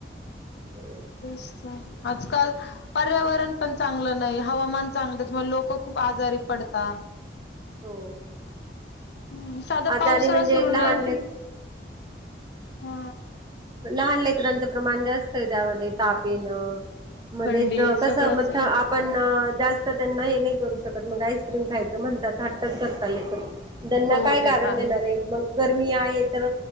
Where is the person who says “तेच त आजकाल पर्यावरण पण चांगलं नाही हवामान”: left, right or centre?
Left